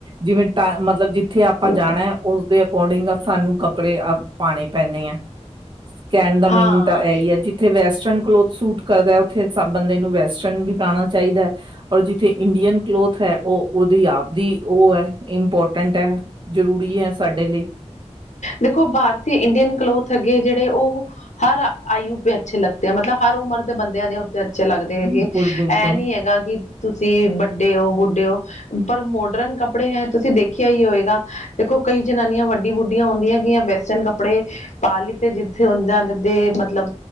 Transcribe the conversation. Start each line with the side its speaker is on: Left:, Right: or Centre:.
Right: ਜਿਵੇਂ ਤ ਮਤਲਬ ਜ ਜਿਥੇ ਆਪਾਂ
Left: ਹੋ
Right: ਜਾਣਾ ਹੈ ਉਸਦੇ ਅਕੋਰਡਿੰਗ ਸਾਨੂੰ ਕੱਪੜੇ ਪਾਉਣੇ ਪੈਂਣੇ ਆ। ਕਹਿਣ ਦਾ ਮੀਨਿੰਗ
Left: ਹਾਂ
Right: ਤਾਂ ਇਹ ਹੀ ਹੈ ਜੀ। ਜਿਥੇ ਵੈਸਟਰਨ ਕਲੋਥ ਸੂਟ ਕਰਦਾ, ਉੱਥੇ ਸਭ ਬੰਦੇ ਨੂੰ ਵੈਸਟਰਨ ਵੀ ਪਾਣਾ ਚਾਹੀਦਾ ਹੈ। ਔਰ ਜਿੱਥੇ ਇੰਡੀਅਨ ਕਲੋਥ ਹੈ ਉਹ ਉਹਦੀ ਆਪਦੀ ਉਹ ਹੈ ਇੰਪੋਰਟੈਂਟ ਹੈ। ਜ਼ਰੂਰੀ ਹੈ ਸਾਡੇ ਲਈ
Left: ਦੇਖੋ ਭਾਰਤੀ ਇੰਡੀਅਨ ਕਲੋਥ ਅਗੇ ਜਿਹੜੇ ਉਹ, ਹਰ ਆਯੂ ਪ ਅੱਛੇ ਲੱਗ। ਮਤਲਬ ਹਰ ਉਮਰ ਦੇ ਬੰਦਿਆਂ ਦੇ ਉੱਤੇ ਅੱਛੇ ਲੱਗਦੇ
Right: ਬਿਲਕੁਲ
Left: ਹੈਗੇ।
Right: ਬਿਲਕੁਲ
Left: ਇਹ ਨੀ ਹੈਗਾ ਕਿ- ਤੁਸੀਂ ਵੱਡੇ ਹੋ ਬੁੱਢੇ ਹੋ ਪਰ ਮੋਡਰਨ ਕੱਪੜੇ ਹੈ ਤੁਸੀਂ ਦੇਖਿਆ ਹੀ ਹੋਏਗਾ, ਦੇਖੋ ਕਈ ਜਨਾਨੀਆਂ ਵੱਡੀ ਬੁੱਢ ਬੁੱਢੀਆਂ ਹੁੰਦੀਆਂ ਗਈਆ ਵੈਸਟਰਨ ਕੱਪੜੇ ਪਾਲੀ ਤੇ ਜਿੱਥੇ ਉਹਦਾਂ ਦੇ ਮਤਲਬ